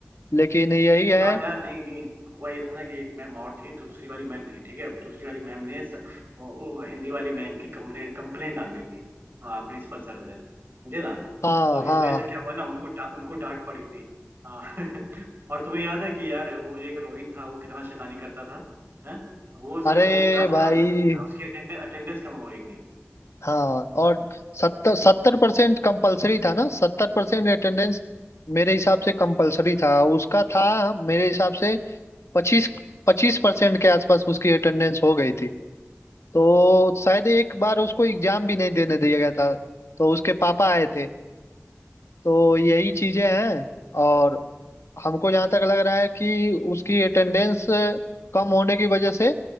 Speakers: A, on the left; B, on the right.
A: लेकिन यही है
B: हाँ यार नहीं नहीं हुआ ये था ना कि एक मैम और थी दूसरी वाली मैम थी ठीक है दूसरी वाली मैम ने स, वो, वो हिंदी वाली मैम की कंप्लेन कंप्लेन डाल दी थी हाँ प्रिंसिपल सर से समझे ना
A: हाँ
B: तो इस
A: हाँ
B: वजह से क्या हुआ ना उनको डा, उनको डांट पड़ी थी हाँ <laughs> और तुम्हें याद है कि यार वो एक रोहित था वो कितना शैतानी करता था है वो स-
A: अरे
B: वो क्लास में
A: भाई
B: आता ही नहीं था उसकी अटेंडेंस कम हो गई थी
A: हाँ और सत्तर सत्तर परसेंट कंपल्सरी था ना सत्तर परसेंट अटेंडेंस मेरे हिसाब से कंपल्सरी था उसका था मेरे हिसाब से पच्चीस पच्चीस परसेंट के आसपास उसकी अटेंडेंस हो गई थी तो शायद एक बार उसको एग्जाम भी नहीं देने दिया गया था तो उसके पापा आए थे तो यही चीजें हैं और हमको जहाँ तक लग रहा है कि उसकी अटेंडेंस कम होने की वजह से